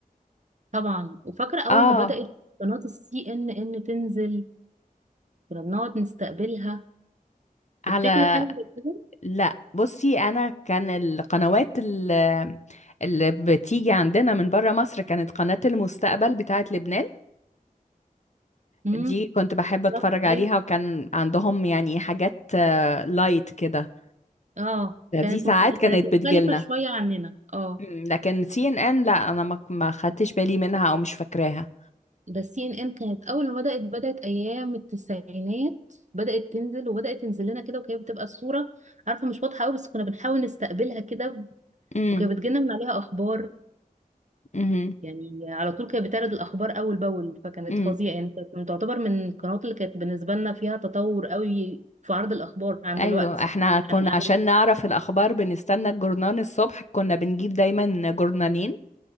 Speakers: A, on the right (about 55°); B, on the left (about 50°).
A: طبعا وفاكره اول
B: اه
A: ما بدات قناه السي ان ان تنزل كنا بنقعد نستقبلها
B: على
A: تفتكري حاجه زي كده
B: لا بصي انا كان القنوات ال- اللي بتيجي عندنا من بره مصر كانت قناة المستقبل بتاعه لبنان
A: امم
B: دي كنت بحب
A: بالظبط
B: اتفرج عليها
A: ايوه
B: وكان عندهم يعني حاجات آه، لايت كده
A: اه كانت
B: دي ساعات
A: مخ...
B: كانت
A: كانت مختلفه
B: بتجيلنا
A: شويه عننا اه
B: مم، لكن سي ان ان لا انا ما ما خدتش بالي منها او مش فاكراها
A: ده السي ان ان كانت اول ما بدات بدات ايام التسعينات بدات تنزل وبدات تنزل لنا كده وكانت بتبقى الصوره عارفه مش واضحه قوي بس كنا بنحاول نستقبلها كده
B: امم
A: وكانت بتجيلنا من عليها اخبار
B: امم
A: يعني على طول كانت بتعرض الاخبار اول باول فكانت
B: امم
A: فظيعه يعني كانت من- تعتبر من القنوات اللي كانت بالنسبه لنا فيها تطور قوي في عرض الاخبار عن
B: ايوه
A: دلوقتي
B: احنا كنا
A: عن عن
B: عشان نعرف الاخبار بنستنى الجرنان الصبح كنا بنجيب دايما جرنانين